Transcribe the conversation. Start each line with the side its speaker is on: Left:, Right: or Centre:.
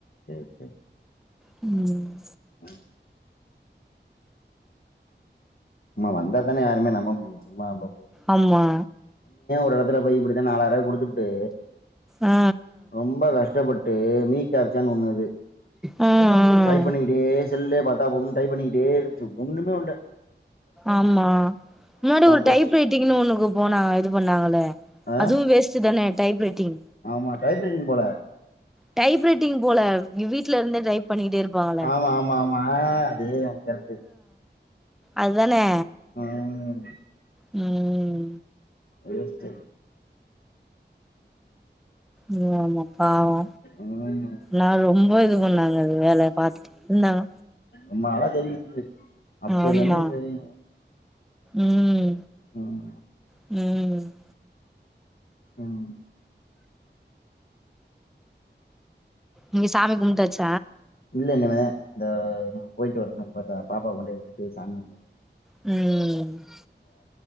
Left: சேரி சேரி
Centre: ம்
Left: ம் ம்மா வந்தாத்தான யாருமே நம்ப முடியு சும்மா போ
Centre: ஆம்மா
Left: ஒர் எடத்துல போய் இப்புடிதா நாலாயரூவாய குடுத்துப்புட்டு
Centre: ஆ
Left: ரொம்ப கஷ்டப்பட்டு மீக் கேப்ச்சான்னு ஒன்னுது
Centre: ஆ ம் ம்
Left: டைப் பண்ணிக்கிட்டே செல்லே பாத்தாப் போது டைப் பண்ணிக்கிட்டே இரு ச்சு ஒண்ணுமே ஆவல
Centre: ஆம்மா முன்னாடி ஒரு
Left: போச்சு
Centre: டைப் ரைட்டிங்னு ஒன்னுக்கு போனாங்க இது பண்ணாங்கலே
Left: ஆ
Centre: அதுவு வேஸ்ட்டு தானே டைப்ரெட்டிங்
Left: மா டைப் ரைடிங் போல
Centre: டைப் ரைட்டிங் போல வீட்ல இருந்தே டைப் பண்ணிக்ட்டே இருப்பாங்ளே
Left: ஆமா ஆமா ஆமா ஆ தேதா கரெக்ட்டு
Centre: அது தானே
Left: ஆ <unintelligible>
Centre: ம்
Left: வேஸ்ட்டு
Centre: நியாமா பாவோ
Left: ம்
Centre: நா <unintelligible> ரொம்ப இது பண்ணாங்க அது வேல பாத்துட்டு இந்தாங்க
Left: ஒம்மாளை தெரியு <unintelligible> அப்பய்லந்தே
Centre: ஆமா
Left: தெரியு
Centre: ம்
Left: ம்
Centre: ம்
Left: ம்
Centre: இங்க சாமி கும்டாச்
Left: இல்ல இன்மேத த போயிட்டு வரணு இப்பதா பாப்பாவ கொண்டு போய் விட்டுட்டு சாமி கும்டணு
Centre: ம்